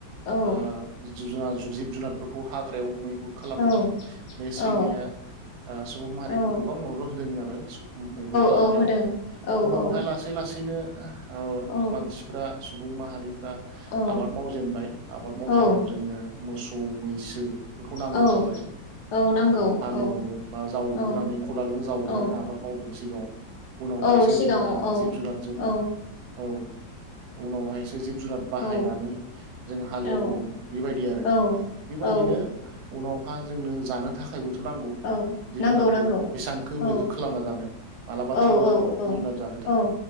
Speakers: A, on the left (about 70°); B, on the right (about 65°).
A: औ
B: ओह जुब जुनार जुब जिब जुनारफोर खौ हाग्रायाव मैहुर खालामनायाव
A: औ
B: बे सैमाया
A: औ
B: आह सुबुं माहारिखौ
A: औ
B: गोबां मदद होदों <unintelligible> <unintelligible> मैहुर खालामनायाव
A: औ होदों औ
B: उनावहाय
A: औ
B: लासै लासै बिदिनो
A: औ
B: मानसिफ्रा सुबुं माहारि फ्रा
A: औ
B: आबाद मावजेनबाय आबाद मावजेननायाव
A: औ
B: जोंनो मोसौ मैसोफोरखौ नांगौ
A: औ
B: जाबाय।
A: नांगौ
B: औ हालेवनो
A: औ
B: बा जावग्रोनानै
A: औ
B: खदालजों जावग्रोनानै
A: औ
B: आबाद मावदो सिगाङाव उनावहायसो
A: औ सिगाङाव
B: जोंहा
A: औ
B: जिब जुनादजों
A: औ
B: औ उनावहाय जिब जुनाद बाहायनानै
A: औ
B: जों हालेवदों
A: औ
B: बेबायदि आरो
A: औ
B: बेबायदिनो
A: औ
B: उनावहा जोंनो जानो थाखायबोथ' नांगौ
A: औ
B: जिब
A: नांगौ
B: जुनादखौ
A: नांगौ
B: बेसांखो
A: औ
B: मैहुर खालामना जानो मालाबाथ'
A: औ
B: मोना
A: औ औ
B: जिब जुनाद जानो थाखाय
A: औ